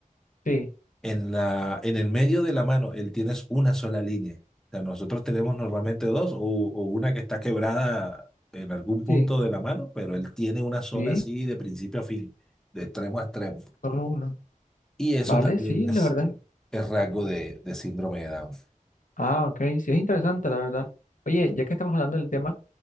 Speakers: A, on the left; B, in the centre.
A: Sí,
B: En la, en el medio de la mano, él tienes una sola línea. O sea, nosotros tenemos normalmente dos o, o una que está quebrada en algún punto
A: sí,
B: de la mano, pero él tiene una sola
A: sí,
B: así de principio a fin, de extremo a extremo.
A: solo uno.
B: Y eso
A: Vale,
B: también
A: sí, la
B: es,
A: verdad.
B: eh, es rasgo de, de síndrome de Down.
A: Ah, ok, sí, es interesante, la verdad. Oye, ya que estamos hablando del tema,